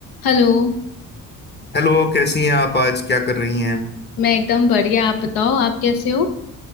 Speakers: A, on the left (about 85°); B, on the left (about 30°).
A: Hello
B: हेलो कैसी हैं आप आज क्या कर रही हैं
A: मैं एकदम बढ़िया आप बताओ आप कैसे हो